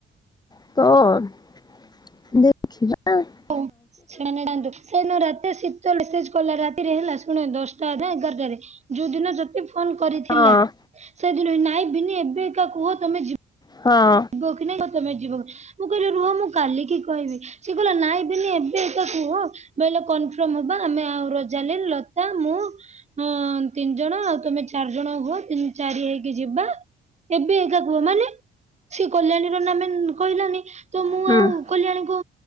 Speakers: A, on the left; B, on the right.
A: <unintelligible> ଦେ <unintelligible>
B: <unintelligible> ସେ ଦିନ ରାତିରେ ଶୀତଲ୍ ମେସେଜ୍ କଲା ରାତିରେ ହେଲା, ଶୁଣ ଦଶଟା ନା ଏଗାରଟାରେ ଯୋଉ ଦିନ ଯଦି ଫୋନ୍ କରିଥିଲା।
A: ହଁ
B: ସେଦିନ ନାଇଁ ବିିନି ଏବେ ଏକା କୁହ ତମେ ଯି
A: ହଁ।
B: ଯିବ କି ନାଇଁ, ତମେ ଯିବ। ମୁଁ କହିଲି ରୁହ ମୁଁ କାଲିକି କହିବି। ସିଏ କହିଲା ନାଇଁ ବିିନି ଏବେ ତ କୁହ। କହିଲେ କନଫର୍ମ ହବା ଆମେ ଆଉ ରୋଜାଲିନ୍, ଲତା ମୁଁ ହଁ ତିନି ଜଣ ଆଉ ତମେ ଚାରି ଜଣ ହୁଅ ତିନି ଚାରି ହେଇକି ଯିବା। ଏବେ ଏକା କୁହ ମାନେ। ସେ କଲ୍ୟାଣୀ ର ନା ମେନ୍ କହିଲାନି ତ ମୁଁ
A: <inaudible>
B: ଆଉ କଲ୍ୟାଣୀକୁ